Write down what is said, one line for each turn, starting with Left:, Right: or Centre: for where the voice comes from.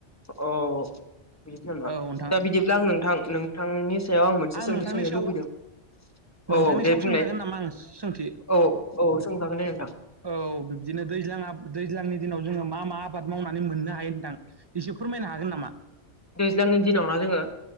Left: अ बिदिसो नामा
Right: औ नोंथां
Left: दा बिदिब्ला आं नोंथां नोंथांनि सायाव आं मोनसे सोंथि
Right: नोंथांनि
Left: सोंनो
Right: सायाव
Left: लुबैदों औ
Right: नोंथांनि
Left: औ दे
Right: सायाव
Left: बुंलाय
Right: सोंजागोन नामा आं सोंथि
Left: औ औ सोंजागोन दे नोंथां
Right: औ बिब्दिनो दैज्लां दैज्लांनि दिनाव जोङो मा मा आबाद मावनानै मोननो हायो नोंथां एसे फोरमायनो हागोन नामा
Left: दैज्लांनि दिनावना जोङो